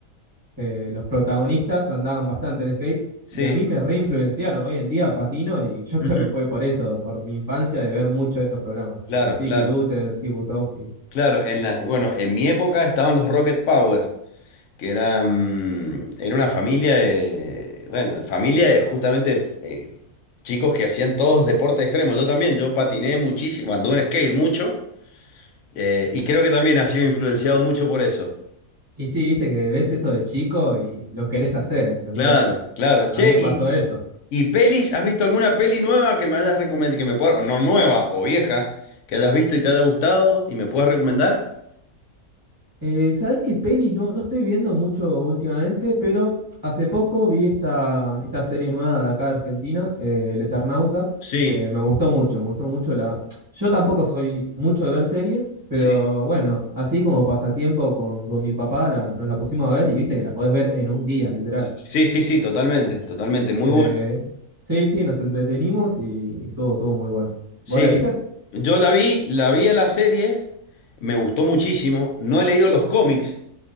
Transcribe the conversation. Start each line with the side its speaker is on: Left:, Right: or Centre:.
Right: eh, los protagonistas andaban bastante en skate
Left: Sí.
Right: y a mí me reinfluenciaron hoy en día patino y yo
Left: Ujú.
Right: <laughs> creo que fue por eso, por mi infancia de ver mucho esos programas,
Left: Claro,
Right: tipo Siki
Left: claro.
Right: Luther, Kibutowski.
Left: Claro, en
Right: eh,
Left: la, bueno, en mi época estaban los Rocket Power, que eran, era una familia de, bueno, familia de justamente eh, chicos que hacían todos deportes extremos. Yo también, yo patiné muchísimo, anduve en skate mucho. Eh, y creo que también ha sido influenciado mucho por eso.
Right: y sí, viste que ves eso de chico y lo querés hacer, ¿entendés?
Left: Claro, claro. Che,
Right: A mí me
Left: y,
Right: pasó eso.
Left: y pelis, ¿has visto alguna peli nueva que me hayas recomendado, que me pueda, no nueva o vieja, que hayas visto y te haya gustado y me puedas recomendar?
Right: Eh, ¿sabés qué pelis? No, no estoy viendo mucho últimamente, pero hace poco vi esta, esta serie nueva de acá de Argentina, eh, El Eternauta,
Left: Sí,
Right: que me gustó mucho, me gustó mucho la... Yo tampoco soy mucho de ver series, pero
Left: sí,
Right: bueno, así como pasatiempo con, con mi papá la- nos la pusimos a ver y viste que la podés ver en un día, literal.
Left: sí, sí, sí, totalmente, totalmente, muy
Right: Eh,
Left: bueno.
Right: sí, sí, nos entretenimos y estuvo todo muy bueno. ¿Vos
Left: Sí,
Right: la viste?
Left: yo la vi, la vi a la serie, me gustó muchísimo. No he leído los cómics